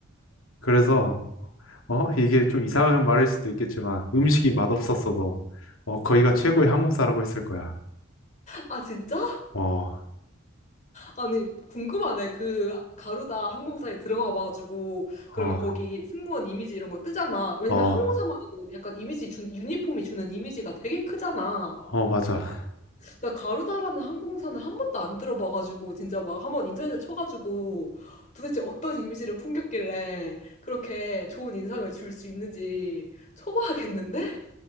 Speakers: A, on the left (about 80°); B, on the left (about 35°).
A: 그래서, 어, 이게 좀 이상한 말일 수도 있겠지만, 음식이 맛없었어도, 어, 거기가 최고의 항공사라고 했을 거야.
B: 아, 진짜?
A: 어,
B: 아니, 궁금하네. 그 가루다 항공사에 들어가 봐가지고 그러면
A: 어,
B: 거기 승무원 이미지 이런 거 뜨잖아. 왜냐면
A: 어,
B: 항공사마저도 약간 이미지 준 유니폼이 주는 이미지가 되게 크잖아.
A: 어, 맞아.
B: 나 가루다라는 항공사는 한 번도 안 들어봐가지고 진짜 막 한번 인터넷에 쳐가지고 도대체 어떤 이미지를 풍겼길래 그렇게 좋은 인상을 줄 수 있는지 쳐봐야겠는데?